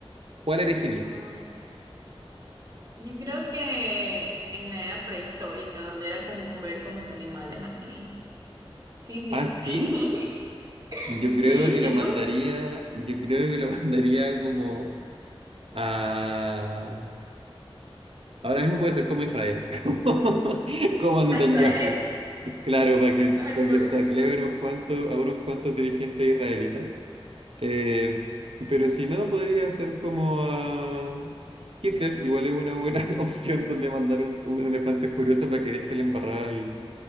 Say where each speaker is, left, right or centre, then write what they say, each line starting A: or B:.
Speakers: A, on the right; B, on the right.
A: ¿cuál elegirías?
B: Ah, yo creo que en la era prehistórica, donde era común ver como que animales así. Sí, sí.
A: Ah, sí,
B: <laughs>
A: yo creo
B: Sí,
A: que lo
B: ¿y
A: mandaría,
B: tú?
A: yo creo que lo <laughs> mandaría como a Ahora mismo puede ser como Israel, <laughs> como como Netanyahu.
B: A Israel.
A: Claro, para que,
B: Ay,
A: para
B: pobrecitos.
A: que tacle unos cuantos, a unos cuantos dirigentes israelitas. Eh, pero si no, podría ser como a Hitler, igual es una buena <laughs> opción donde mandar un, un elefante furioso para que deje la embarrada y,